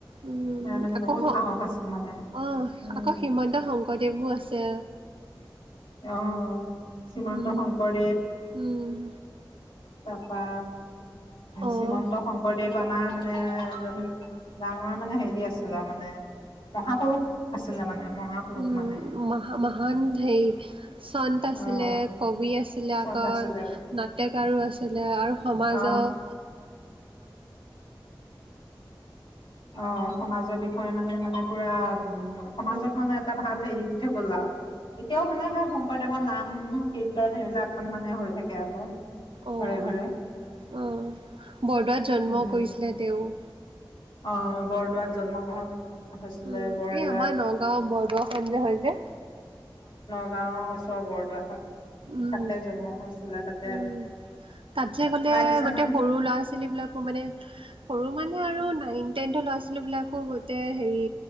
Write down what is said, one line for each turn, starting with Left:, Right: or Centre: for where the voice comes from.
Right: উম
Left: তাই মানে
Right: আকৌ
Left: বহুত সাহস আছিল মানে
Right: অ
Left: উম
Right: আকৌ হিমন্ত শংকৰদেৱো আছে।
Left: অ। শ্ৰীমন্ত
Right: উম,
Left: শংকৰদেৱ
Right: উম।
Left: তাৰপৰা
Right: অ
Left: শ্ৰীমন্ত শংকৰদেৱ, আমাৰ মানে- মানে এজন ডাঙৰ মানে হেৰি আছিলে মানে, মহাপুৰুষ আছিলে মানে- মহাপুৰুষ
Right: উম,
Left: মানে
Right: মহ মহান হেই- চন্ত আছিলে,
Left: অ
Right: কবি আছিলে আকৌ
Left: চখ আছিলে
Right: নাট্যকাৰো আছিলে আৰু সমাজৰ-
Left: অ অ সমাজৰ বিষয়ে মানে মানে পুৰা- উম, সমাজক
Right: অ'
Left: মানে এটা- ভাল হেৰি দি থৈ গ'ল আৰু, এতিয়াও মানে সে শংকৰদেৱৰ নাম, কীৰ্তন এইবিলাকখন মানে হৈ থাকে আকৌ ঘৰে
Right: অ'
Left: ঘৰে-
Right: অ' বৰদোৱাত জন্ম
Left: উম
Right: কৰিছিলে তেওঁ-
Left: অ বৰদোৱাত জন্ম গ্ৰহণ- হৈছিলে
Right: উম,
Left: বৰদোৱাত
Right: এই আমাৰ নগাঁও বৰদোৱাখন যে হয় যে-
Left: গাঁও ওচৰৰ বৰদোৱাখন-
Right: উম,
Left: তাতে জন্ম হৈছিলে তাত-
Right: উম তাত যে গ'লে
Left: দিছে
Right: গোটেই
Left: নহয়
Right: সৰু ল'ৰা ছোৱালী বিলাকো মানে সৰু মানে আৰু- নাইন টেনৰ ল'ৰা ছোৱালী বিলাকৰ সৈতে হেৰি